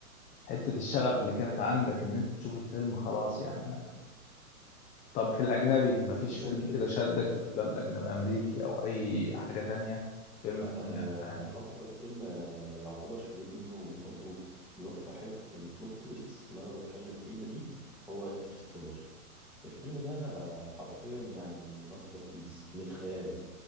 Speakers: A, on the left (about 15°); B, in the centre.
A: حتة الشغف اللي كانت عندك ان انت تشوف الفيلم خلاص يعني انا طب في الاجنبي مفيش
B: بالظبط
A: فيلم
B: كده
A: كده شدك في الافلام الاجنبي امريكي او اي حاجة تانية فيلم
B: آه،
A: تكون يعني فاهم
B: أكتر فيلم آه، يعتبر شددني وبرضه بيوفق حتة البلوت تويست اللي أنا بتكلم فيها دي هو انترستيلر الفيلم ده آه، حرفيا يعني ماستر بيس من الخيال